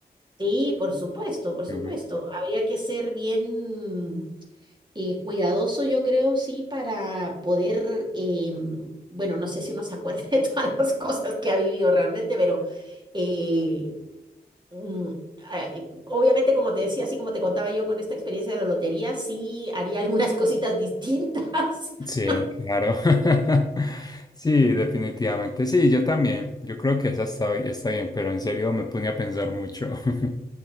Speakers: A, on the right; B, on the left.
A: Sí, por supuesto, por supuesto.
B: Ujú.
A: Habría que ser bien eh, cuidadoso, yo creo, sí, para poder, eh, bueno, no sé si uno se acuerda <laughs> de todas las cosas que ha vivido realmente, pero eh, mm, ah, eh, obviamente, como te decía, así como te contaba yo con esta experiencia de la lotería, sí haría algunas cositas distintas. <laughs>
B: Sí, claro. <laughs> Sí, definitivamente. Sí, yo también. Yo creo que esa está, está bien, pero en serio me pone a pensar mucho. <laughs>